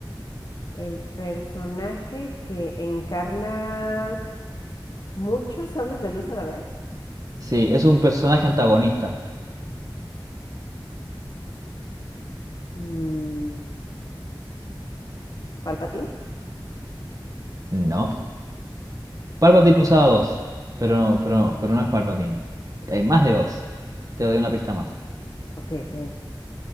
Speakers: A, on the left; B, on the right.
A: El personaje que encarna muchos sables de luz a la vez.
B: Sí, es un personaje antagonista.
A: Mm, Palpatine.
B: No. Palpatine usaba dos, pero no, pero, no- pero no es Palpatine. Hay más de dos. Te doy una pista más.
A: Ok, ok.